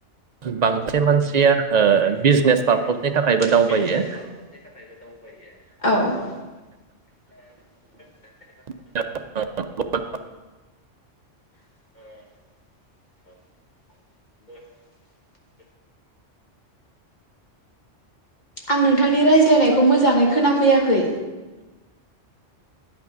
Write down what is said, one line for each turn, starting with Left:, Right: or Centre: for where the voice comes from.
Right: बांसिन मानसिया। ओ
Left: खायसे
Right: बिजनेस
Left: मानसिया
Right: पारपसनि थाखायबो
Left: ओह
Right: दावबायो
Left: बिजनेस पारफबनि थाखायबो दावबायो ओउ <unintelligible>
Right: <unintelligible>
Left: औ-औ आं नोंथांनि रायज्लायनायखौ मोजाङै खो खोनाफैयाखै